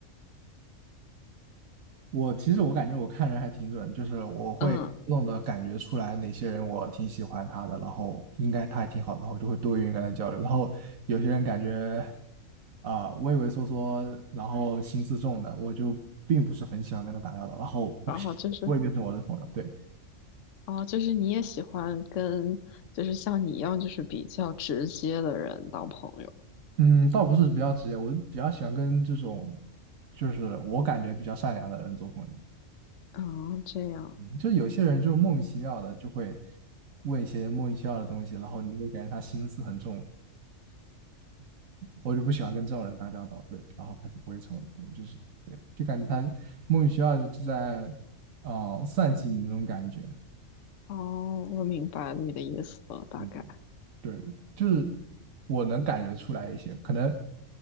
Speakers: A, on the right (about 85°); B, on the left (about 70°).
A: 我其实我感觉我看人还挺准，就是我会弄动的感觉出来哪些人我挺喜欢他的，
B: 嗯，
A: 然后应该他还挺好的，然后就会多愿意跟他交流。然后有些人感觉啊畏畏缩缩，然后心思重的，我就并不是很喜欢跟他打交道，然后我
B: 然后就是
A: <laughs> 我也变成我的朋友，对。
B: 啊，就是你也喜欢跟就是像你一样就是比较直接的人当朋友。
A: 嗯，倒不是比较直接，我比较喜欢跟这种，就是我感觉比较善良的人做朋友。
B: 啊，这样。
A: 嗯，就有些人就莫名其妙的就会问一些莫名其妙的东西，然后你就会感觉他心思很重，我就不喜欢跟这种人打交道。对，然后他就不会成为我的朋友，就是对，就感觉他莫名其妙就在嗯、呃算计你那种感觉。
B: 哦，我明白你的意思了，大概。
A: 嗯，对，就是我能感觉出来一些，可能